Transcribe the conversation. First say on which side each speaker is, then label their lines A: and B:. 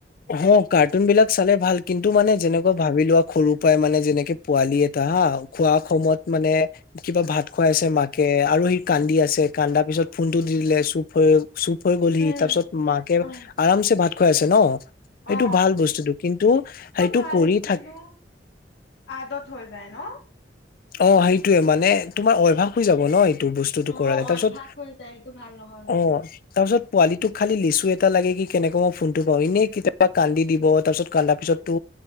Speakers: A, on the left; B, on the left.
A: অ কাৰ্টুন বিলাক চালে ভাল কিন্তু মানে যেনেকুৱা ভাবি লোৱা সৰু পৰাই মানে যেনেকে পোৱালি এটা হা খোৱা সময়ত মানে কিবা ভাত খাই আছে মাকে। আৰু সি কান্দি আছে কান্দাৰ পিছত ফোনটো দি দিলে চুপ হৈ। চুপ হৈ গলহি
B: উম
A: তাৰ পিছত মাকে
B: অ
A: আৰামছে ভাত খুৱাই আছে ন। সেইটো
B: অ
A: ভাল বস্তুটো কিন্তু সেইটো
B: ভাল
A: কৰি
B: কিন্তু
A: থাক।
B: আদত হৈ যায় ন।
A: অ সেইটোয়ে মানে তোমাৰ অভ্যাস হৈ যাব ন। ত বস্তুটো
B: অ
A: কৰালোই
B: অভ্যাস
A: তাৰপিছত
B: হৈ যায় সেইটো ভাল নহয় বাৰু
A: অ তাৰপিছত। পোৱালিটোক খালি লিচু এটা লাগে কি কেনেকৈ মই ফোনটো পাওঁ এনেই কেতিয়াবা কান্দি দিব তাৰপিছত কান্দাৰ পিছতো।